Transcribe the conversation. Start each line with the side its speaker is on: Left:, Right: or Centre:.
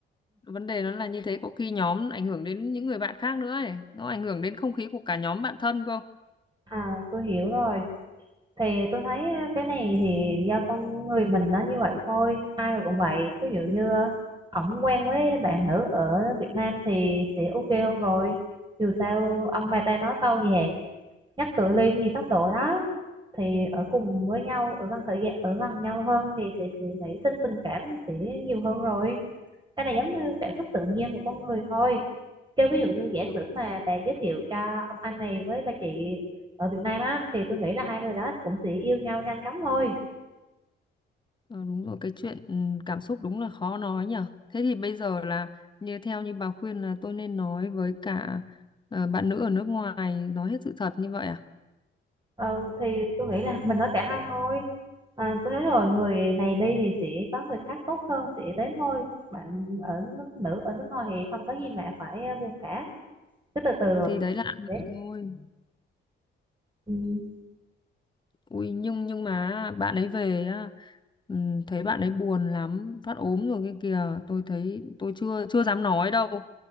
Left: vấn đề nó là như thế có khi nhóm ảnh hưởng đến những người bạn khác nữa ấy nó ảnh hưởng đến không khí của cả nhóm bạn thân cơ
Right: à tôi hiểu rồi thì tôi thấy á, cái này thì do con người mình nó như vậy thôi ai cũng vậy ví dụ như ổng quen với bạn nữ ở Việt Nam thì sẽ ok hơn rồi dù sao ông bà ta nói câu gì hè nhắc cự ly gì tốc độ đó thì ở cùng với nhau ở gần thời gian ở gần nhau hơn thì sẽ sẽ nảy sinh tình cảm sẽ nhiều hơn rồi cái này giống như cảm xúc tự nhiên của con người thôi kêu ví dụ như giả
Left: đúng,
Right: sử mà bà giới thiệu cho ông anh này với bà chị ở Việt Nam á thì tôi nghĩ là hai người đó cũng sẽ yêu nhau nhanh chóng thôi
Left: ờ, đúng rồi cái chuyện ừ, cảm xúc đúng là khó nói nhở thế thì bây giờ là như theo như bà khuyên là tôi nên nói với cả ờ, bạn nữ ở nước ngoài nói hết sự thật như vậy à
Right: ừ, thì tôi nghĩ là mình nói cả hai thôi à, tôi nói rồi người này đi thì sẽ có người khác tốt hơn sẽ đến thôi bạn ở nước nữ ở nước ngoài thì không có gì mà phải ờ, buồn cả cứ từ từ
Left: Ừ,
Right: rồi
Left: thì đấy là ăn của
Right: đấy
Left: thôi
Right: ừ.
Left: ui nhưng nhưng mà bạn ấy về á ừm, thấy bạn ấy buồn lắm phát ốm rồi kia kìa tôi thấy tôi chưa chưa dám nói đâu